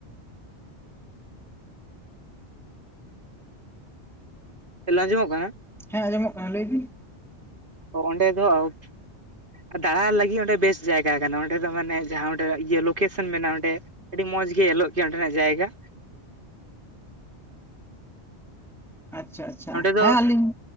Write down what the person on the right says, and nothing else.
ᱦᱮᱞᱳ ᱟᱸᱡᱚᱢᱚᱜ ᱠᱟᱱᱟ?
ᱚ ᱚᱸᱰᱮ ᱫᱚ <unintelligible> ᱫᱟᱲᱟᱱ ᱞᱟᱹᱜᱤᱫ ᱚᱸᱰᱮ ᱵᱮᱥ ᱡᱟᱭᱜᱟ ᱠᱟᱱᱟ ᱚᱸᱰᱮ ᱫᱚ ᱢᱟᱱᱮ ᱡᱟᱦᱟᱸ ᱚᱸᱰᱮ ᱤᱭᱟᱹ ᱞᱳᱠᱮᱥᱚᱱ ᱢᱮᱱᱟᱜᱼᱟ ᱚᱸᱰᱮ ᱟᱹᱰᱤ ᱢᱚᱸᱡᱽ ᱜᱮ ᱧᱮᱞᱚᱜ ᱜᱮᱭᱟ ᱚᱸᱰᱮᱱᱟᱜ ᱡᱟᱭᱜᱟ
ᱚᱸᱰᱮ ᱫᱚ